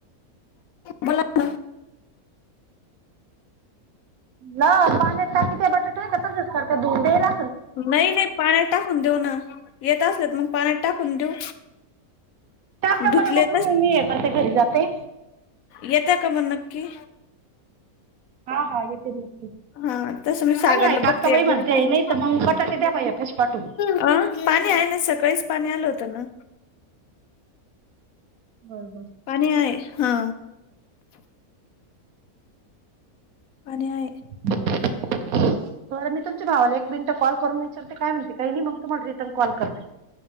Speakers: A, on the left; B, on the right.
A: बोला ना.
B: ल पाण्यात टाकता ते बटाट का तच करते धुंडेला.
A: नाही नाही पाण्यात टाकून देऊ ना, येत असलेत मग पाण्यात टाकून देऊ.
B: टाका
A: धुतले
B: बर मग तुम्ही मी हे करते घरी जाते.
A: येतय का म नक्की.?
B: हा हाे येते.
A: हा तसं मी सागरला
B: आणि आहे काक्काबाई
A: बघते एकदा
B: म्हणते
A: विचारून
B: नाही तर मग बटाटे द्या पा भैय्या पाशी पाटून.
A: अं पाणी आहे ना सकाळीच पाणी आलं होतं ना.
B: बरोबर.
A: पाणी आहे हा. पाणी आहे.
B: <unintelligible> <inaudible> बर मी तुमच्या भावाला एक मिनिटं कॉल करून विचारते. काय म्हणते काय. नाही मग तुम्हाला रिटर्न कॉल करते.